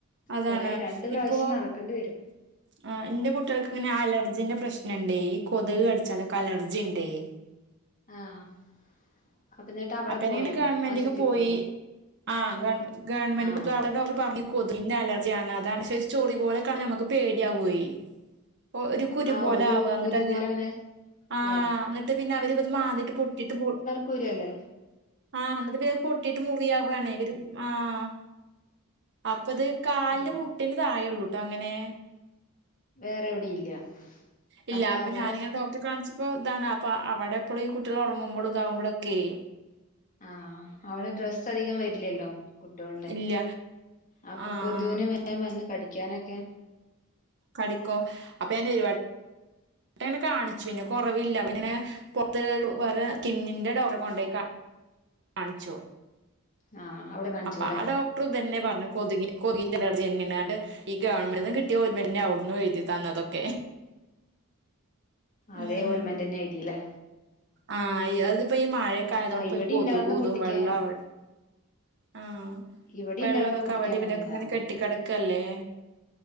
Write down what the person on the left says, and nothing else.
കൊറേ രണ്ട് പ്രാവശ്യം
നടക്കണ്ടി വരും
ആഹ് അപ്പ എന്നിട്ട് അവിടെ
പോയോ
ആശുപത്രി
പോയോ
ആഹ്
ആ
ഒരു കുരു
പോലെ അങ്ങനെ
ല്ലേ
കുരു അല്ലേ
ആഹ്
വേറെവിടി ഇല്ല
അത്
അവിടെ
ആഹ് അവിടെ ഡ്രസ്സധികം വരില്ല്യല്ലോ കുട്ട്യോളുടെ
അപ്പൊ
കൊതുവിന് വേം വന്ന് കടിക്കാനൊക്കെ
ആഹ് അവിടെ കാണിച്ചുല്ലേ
അതേ ഓൽമെന്റെന്നെഴ്‌തീ ലേ
ആഹ് ഇവിടെ
ഇണ്ടായിർന്നു കുട്ടിക്ക്
ഇവിടെ
ഇണ്ടായിരുന്നു
കുട്ടിക്ക്
അങ്ങനെ
ഇണ്ടായിരുന്നു